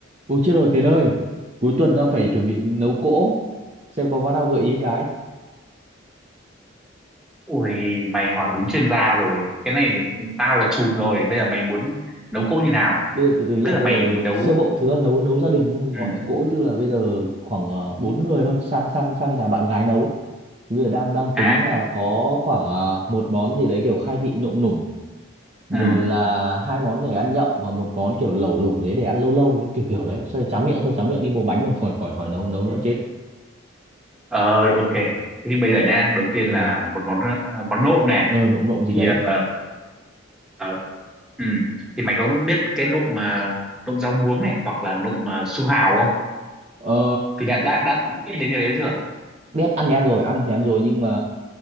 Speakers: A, on the right; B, in the centre.
A: Ôi chết rồi Tiến ơi Cuối tuần đang phải chuẩn bị nấu cỗ Xem có món nào gợi ý cái
B: Ui, mày hỏi đúng chuyên gia rồi. Cái này thì tao là chùm rồi. Bây giờ mày muốn nấu cỗ như nào?
A: Bây giờ từ từ nhá
B: Tức là
A: Bây
B: mày
A: giờ
B: mày nấu
A: sơ bộ thứ là nấu nấu gia đình thôi
B: ừ.
A: Gọi là cỗ tức là bây giờ khoảng uh, 4 người thôi Sang sang sang nhà bạn gái nấu Thì bây giờ đang đang
B: À,
A: tính là có khoảng ờ, một món gì đấy kiểu khai vị nộm nủng Rồi
B: ừ.
A: là hai món để ăn nhậu Và một món kiểu lẩu lủng đấy để ăn lâu lâu đấy Kiểu kiểu đấy Xong rồi tráng miệng thôi tráng miệng đi mua bánh thôi Khỏi khỏi khỏi nấu nấu nữa chết
B: Ờ, ok. Thế thì bây giờ nha, đầu tiên
A: Ờ,
B: là một món ờ, món nộm này.
A: Ờ nộm nộm gì
B: Thì
A: đấy
B: ờ, ờ, ừ. Thì mày có biết cái nộm mà nộm rau muống này hoặc là nộm mà su hào không?
A: Ờ
B: Thì đã đã đã biết đến cái đấy chưa?
A: biết ăn thì ăn rồi ăn thì ăn rồi nhưng mà